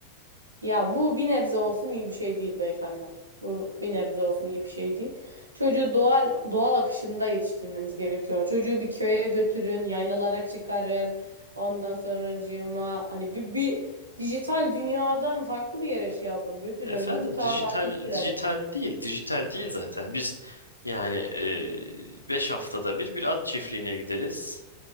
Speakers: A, on the right; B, on the left.
A: Ya bu bir nebze olsun iyi bir şey değil beyefendi. Bu bir nebze olsun iyi bir şey değil. Çocuğu doğal doğal akışında yetiştirmeniz gerekiyor. Çocuğu bir köye götürün, yaylalara çıkarın. Ondan sonracığıma hani bir, bir dijital dünyadan farklı bir yere şey yapın, götürün.
B: Efendim
A: Böyle bu tarz
B: dijital
A: aktiviteler
B: dijital
A: yapın.
B: değil dijital değil zaten biz yani e, 5 haftada bir bir at çiftliğine gideriz.